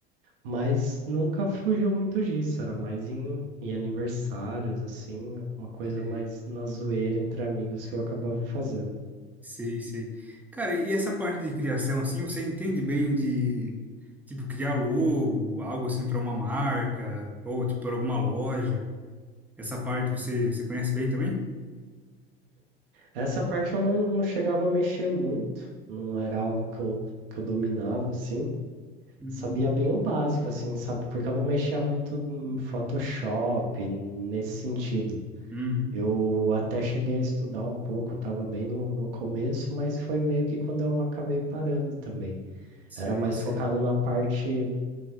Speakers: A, on the right; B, in the centre.
A: Mas nunca fugiu muito disso, era mais em, em aniversários, assim, alguma coisa
B: Sei.
A: mais na zoeira entre amigos que eu acabava fazendo.
B: Sei, sei. Cara, e essa parte de criação, assim, você entende bem de, tipo, criar logo, algo assim para uma marca, ou, tipo, para alguma loja? Essa parte você, você conhece bem também?
A: Essa parte eu não, não chegava a mexer muito, não era algo que eu, que eu dominava, assim.
B: Uhum.
A: Sabia bem o básico, assim, sabe? Porque eu não mexia muito em Photoshop, nesse sentido.
B: Uhum.
A: Eu até cheguei a estudar um pouco, estava bem no, no começo, mas foi meio que quando eu acabei parando também.
B: Sei,
A: Era mais
B: sei.
A: focado na parte